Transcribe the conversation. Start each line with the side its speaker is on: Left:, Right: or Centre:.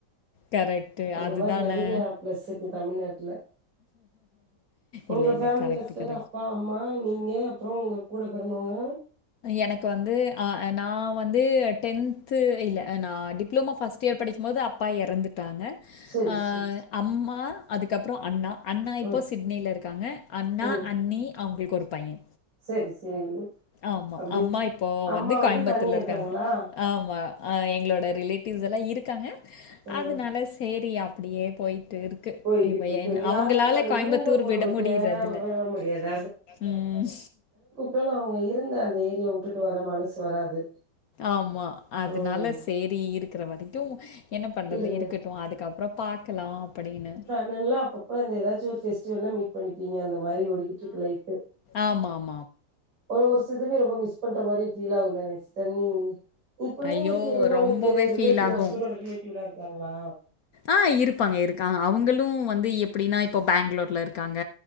Left: கரெக்ட்
Right: அந்த
Left: அதுதானே
Right: மாறி நெறையா பிளஸ் இருக்கு தமிழ்நாட்டுல உங்க
Left: இல்ல இல்ல
Right: ஃபேமிலில
Left: கரெக்ட்
Right: சிஸ்டர்
Left: கரெ
Right: அப்பா அம்மா நீங்க அப்றோ உங்க கூட பிறந்தவங்க
Left: எனக்கு வந்து ஆ ஏ நா வந்து டென்த்து இல்ல நா டிப் டிப்ளோமோ ஃபஸ்ட் இயர் படிக்கும்போது அப்பா இறந்துட்டாங்க
Right: செரி
Left: அ
Right: செரி
Left: அம்மா அதுக்கப்றோ அண்ணா அண்ணா இப்போ
Right: ம்
Left: சிட்னில இருக்காங்க அண்ணா
Right: ம்
Left: அண்ணி அவங்ளுக்கு ஒரு பையே
Right: செரி செரிங்க
Left: ஆமா
Right: அப்டி
Left: அம்மா இப்போ
Right: அம்மா
Left: வந்து கோயம்புத்தூர்ல
Right: தனியா இருக்காங்களா
Left: இருக்காங்க ஆமா ஆ எங்களோட ரிலேட்டிவ்ஸ்லா இருக்காங்க
Right: ம்
Left: அதனால சேரி அ ப்டியே போய்ட்ரு க்கு
Right: போய்கிட்ருக்கு
Left: இப்போ என்
Right: யாரா
Left: அவுங்களால
Right: இருந்தாலு அந்த
Left: கோயம்புத்தூர்
Right: இருந்த ஊர
Left: விடமுடியறதில்ல
Right: விட்டு விட முடியாது
Left: ம்
Right: மொதல்ல அவுங்க இருந்த அந்த ஏரியா வுட்டுட்டு வர மனசு வராது
Left: ஆமா அதுனால
Right: ம்
Left: சேரி இருக்ற வரைக்கு என்ன பண்றது
Right: இருங்க
Left: இருக்கட்டு அதுக்கப்றோ பாக்லா அப்டின்னு
Right: நீங்ல்லா அப்பப்ப இந்த எதாச்சு ஒரு ஃபெஸ்டிவல்ல மீட் பண்ணிப்பீங்க அந்த மாரி ஓடிகிட்ருக்கு லைஃப்ஃபு
Left: ஆமாம்
Right: ஒவ்வொரு சீசன்லயு ரொம்ப மிஸ் பண்ற மாரி ஃபீல் ஆகுந்தானே சிஸ்டர் நீ இப்ப நீங்க
Left: ஐயோ!
Right: இருக்க ஏரியால
Left: ரொம்பவே
Right: உங்களுக்கு ரிலேட்டிவ்
Left: ஃபீல் ஆகும்.
Right: ஹஸ்பண்டோட ரிலேட்டிவ்லா இருக்காங்ளா
Left: ஆ இருப்பாங்க இருக்காங்க அவுங்களு வந்து எப்டின்னா இப்போ பெங்களூர்ல இருக்காங்க